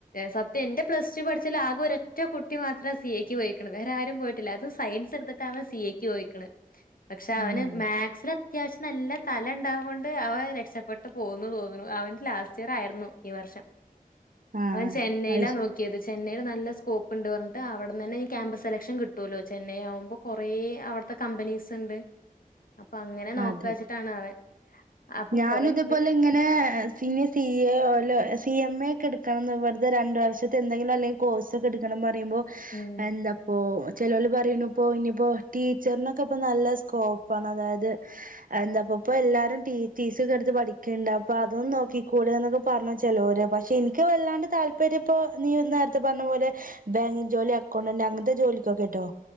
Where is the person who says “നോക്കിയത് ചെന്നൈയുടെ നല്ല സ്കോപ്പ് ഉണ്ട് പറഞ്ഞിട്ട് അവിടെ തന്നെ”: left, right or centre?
Left